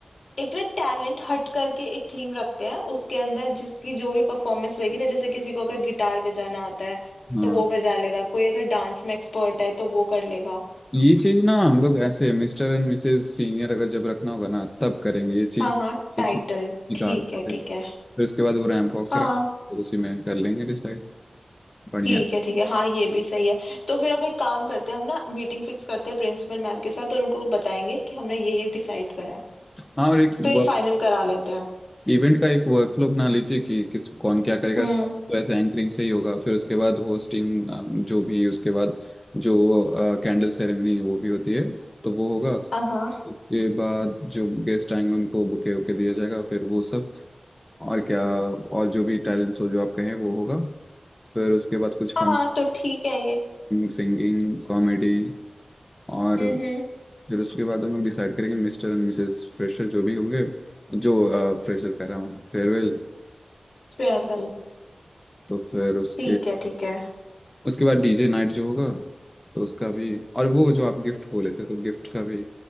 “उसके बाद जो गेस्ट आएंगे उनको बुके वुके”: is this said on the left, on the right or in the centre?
Left